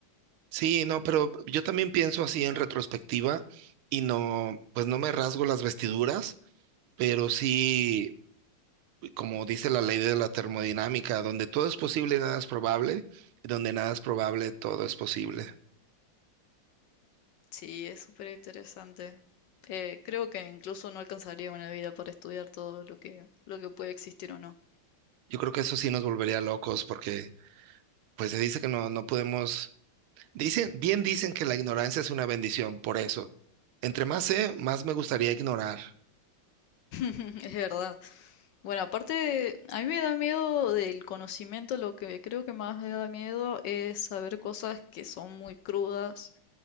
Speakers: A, on the right; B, on the left.
A: Sí, no, pero yo también pienso así en retrospectiva y no, pues no me rasgo las vestiduras Pero sí, como dice la ley de la termodinámica, donde todo es posible, nada es probable, y donde nada es probable, todo es posible.
B: Sí, es súper interesante. Eh, creo que incluso no alcanzaría una vida para estudiar todo lo que, lo que puede existir o no.
A: Yo creo que eso sí nos volvería locos porque pues se dice que no, no podemos, dicen, bien dicen que la ignorancia es una bendición, por eso. Entre más sé, más me gustaría ignorar.
B: <laughs> Es verdad. Bueno, aparte, a mí me da miedo del conocimiento, lo que creo que más me da miedo es saber cosas que son muy crudas